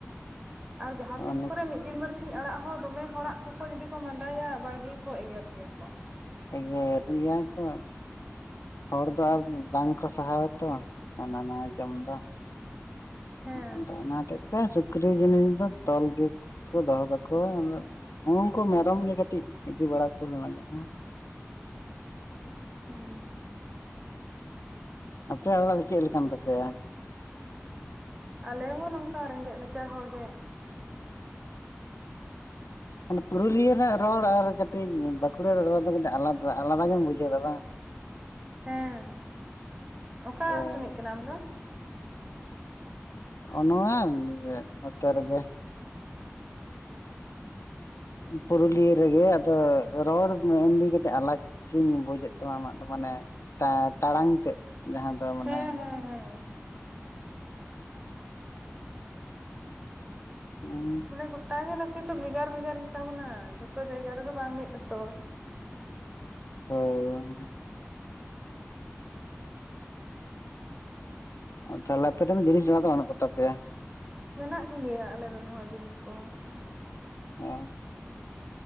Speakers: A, on the right; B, on the left.
A: ᱟᱢ ᱡᱟᱦᱟᱸ ᱛᱤᱥ
B: ᱱᱚᱜᱼᱚ
A: ᱠᱚᱨᱮ ᱢᱤᱫ ᱫᱤᱱ ᱵᱟᱨᱥᱤᱧ ᱟᱲᱟᱜ ᱦᱚᱸ ᱫᱚᱢᱮ ᱦᱚᱲᱟᱜ ᱠᱚᱠᱚ ᱡᱩᱫᱤ ᱠᱚ ᱢᱟᱸᱰᱟᱭᱟ ᱵᱟᱲᱜᱮ ᱠᱚ ᱮᱜᱮᱨ ᱜᱮᱭᱟ ᱠᱚ
B: ᱮᱜᱮᱨ ᱜᱮᱭᱟ ᱠᱚ ᱦᱚᱲ ᱫᱚ ᱟᱨ ᱵᱟᱝᱠᱚ ᱥᱟᱦᱟᱣᱟ ᱛᱚ ᱦᱟᱱᱟ ᱱᱟᱣᱟᱭ ᱡᱚᱢ ᱫᱚ
A: ᱦᱮᱸ
B: ᱟᱫᱚ ᱚᱱᱟ ᱦᱚᱛᱮᱡ ᱛᱮ ᱥᱩᱠᱨᱤ ᱡᱤᱱᱤᱥ ᱫᱚ ᱛᱚᱞ ᱜᱮᱠᱚ ᱫᱚᱦᱚ ᱠᱟᱠᱚᱣᱟ ᱟᱫᱚ ᱩᱱᱠᱩ ᱢᱮᱨᱚᱢ ᱜᱮ ᱠᱟᱹᱴᱤᱡ ᱤᱫᱤ ᱵᱟᱲᱟ ᱠᱚ ᱞᱟᱜᱟᱜᱼᱟ
A: ᱦᱮᱸ
B: ᱟᱯᱮᱭᱟᱜ ᱚᱲᱟᱜ ᱫᱚ ᱪᱮᱫ ᱞᱮᱠᱟᱱ ᱛᱟᱯᱮᱭᱟ?
A: ᱟᱞᱮ ᱦᱚᱸ ᱱᱚᱝᱠᱟ ᱨᱮᱸᱜᱮᱡ ᱱᱟᱪᱟᱨ ᱦᱚᱲ ᱜᱮ <inaudible>
B: ᱢᱟᱱᱮ ᱯᱩᱨᱩᱞᱤᱭᱟᱹ ᱨᱮᱱᱟᱜ ᱨᱚᱲ ᱟᱨ ᱠᱟᱹᱴᱤᱡ ᱵᱟᱸᱠᱩᱲᱟ ᱨᱮᱭᱟᱜ ᱨᱚᱲ ᱫᱚ ᱠᱟᱴᱤᱡ ᱟᱞᱟᱫᱟ ᱟᱞᱟᱫᱟ ᱜᱮᱢ ᱵᱩᱡᱷᱟᱹᱣ ᱮᱫᱟ ᱵᱟᱝ?
A: ᱦᱮᱸ ᱚᱠᱟ
B: ᱦᱳᱭ
A: ᱥᱮᱱᱤᱡ
B: ᱦᱳᱭ
A: ᱠᱟᱱᱟᱢ ᱟᱢᱫᱚ?
B: ᱱᱚᱜ ᱱᱚᱣᱟ ᱱᱚᱛᱮ ᱨᱮᱜᱮ ᱯᱩᱨᱩᱞᱤᱭᱟᱹ ᱨᱮᱜᱮ ᱟᱫᱚ ᱨᱚᱲ ᱢᱮᱱᱫᱤᱧ ᱠᱟᱹᱴᱤᱡ ᱟᱞᱟᱜ ᱜᱤᱧ ᱵᱩᱡᱮᱫ ᱛᱟᱢᱟ ᱟᱢᱟᱜ ᱫᱚ ᱢᱟᱱᱮ ᱴᱟᱲᱟᱝ ᱛᱮᱫ ᱡᱟᱦᱟᱸ ᱫᱚ ᱢᱟᱱᱮ
A: ᱦᱮᱸ ᱦᱮᱸ ᱦᱮᱸ
B: <unintelligible> <unintelligible>
A: ᱢᱟᱱᱮ ᱜᱚᱴᱟ ᱜᱮ ᱱᱟᱥᱮ ᱫᱚ ᱵᱷᱮᱜᱟᱨ ᱵᱷᱮᱜᱟᱨ ᱜᱮ ᱛᱟᱵᱚᱱᱟ ᱡᱷᱚᱛᱚ ᱡᱟᱭᱜᱟ ᱨᱮᱫᱚ ᱵᱟᱝ ᱢᱤᱫ ᱟᱛᱚ
B: ᱦᱳᱭ ᱛᱟᱦᱞᱮ ᱟᱯᱮ ᱫᱚ ᱡᱤᱱᱤᱥ ᱵᱮᱲᱟ ᱫᱚ ᱵᱟᱹᱱᱩᱜ ᱠᱚᱛᱟᱯᱮᱭᱟ
A: ᱢᱮᱱᱟᱜ ᱠᱚᱜᱮᱭᱟ ᱟᱞᱮᱨᱮᱱ ᱦᱚᱸ ᱡᱤᱱᱤᱥ ᱠᱚ
B: ᱚ